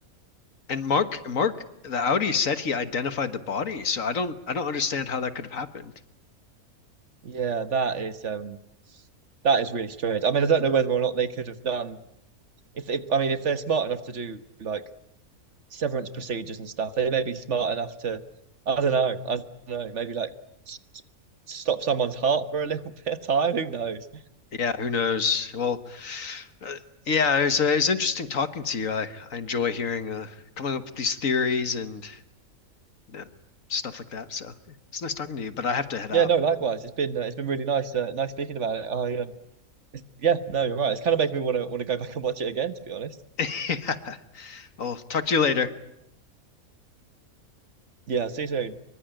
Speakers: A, on the left; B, on the right.
A: And Mark Mark the Audi said he identified the body, so I don't I don't understand how that could have happened.
B: Yeah, that is um that is really strange. I mean, I don't know whether or not they could have done if, if I mean if they're smart enough to do like severance procedures and stuff, they may be smart enough to I don't know, I don't know, maybe like s- stop someone's heart for a little <laughs> bit of time. Who knows?
A: Yeah, who knows? Well, uh, yeah, it was uh, it was interesting talking to you. I I enjoy hearing uh coming up with these theories and you know, stuff like that. So, it's nice talking to you, but I have to head
B: Yeah,
A: out.
B: no, likewise. It's been uh, it's been really nice uh, nice speaking about it. I um, it's, yeah, no, you're right. It's kind of making me want to want to go back and watch it again, to be honest.
A: <laughs> Yeah. I'll talk to you later.
B: Yeah, see you soon.